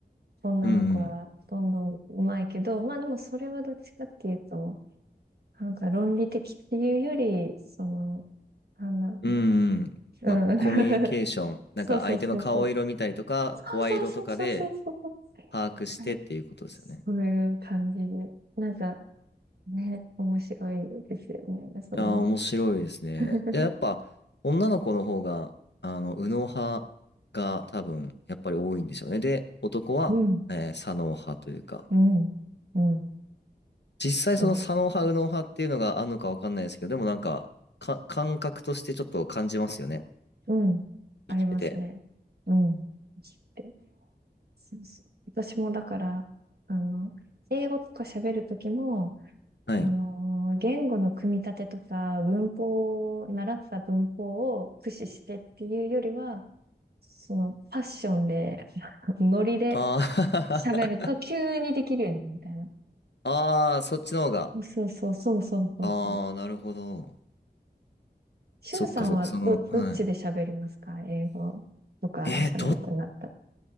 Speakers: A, on the right (about 65°); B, on the left (about 80°).
A: 女の子はどんどん上手いけど、
B: うんうん。
A: まあでもそれはどっちかっていうと、なんか論理的っていうより、その、なんだろうね。
B: うんうん。
A: うん。
B: まあ、コミュニケーション、
A: <laughs>
B: なんか相手の顔色見たりとか、
A: そうそうそうそう。そうそうそうそうそうそう。
B: 声色とかで把握してっていうことですよね。
A: あれそういう感じで。なんかね、面白いですよね。そういう
B: いやー、面白いですね。
A: <laughs>
B: いや、やっぱ、女の子の方が、あの、右脳派が多分、やっぱり多いんでしょうね。で、男は、
A: うん、
B: えー左脳派というか、
A: うん、うん。
B: 実際その左脳派、
A: そう。
B: 右脳派っていうのがあるのかわかんないですけど、でもなんか、か、感覚としてちょっと感じますよね。
A: うん。ありますね。
B: 生きてて。
A: うん。って。そうそう。私もだから、あの、英語とか喋るときも、
B: はい。
A: あの、言語の組み立てとか、文法を、習った文法を駆使してっていうよりは、その、パッションで、<laughs> ノリで
B: あー
A: 喋ると急にできるようになるみたいな。
B: <laughs> あー、そっちの方が。
A: そうそうそうそうそうそう。
B: ああ、なるほど。
A: しゅんさんはど、
B: そっかそっか、その、
A: どっちで喋りますか英語とか喋るとなったら。
B: はい。えー、どっ